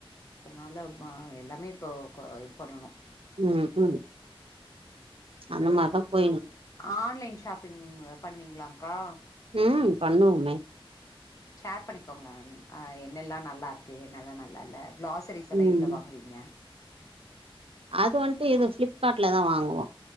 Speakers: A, on the left (about 35°); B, on the right (about 70°).
A: அதனால எல்லாமே இப்போ இது பண்ணனு
B: ம் ம் அந்த மாரிதா போயினு இருக்
A: ஆன்லைன் ஷாப்பிங் பண்வீங்ளாக்கா
B: ம் பண்ணுவோமே
A: ஷேர் பண்ணிக்கோங்க என்னெல்லா நல்லாருக்கு என்னெல்லா நல்லால்ல கிளாஸ் க்ரோசரிசல்லா
B: ம்
A: எதுல வாங்வீங்க
B: அது வந்துட்டு இது ஃப்ளிப்காட்ல தா வாங்குவோ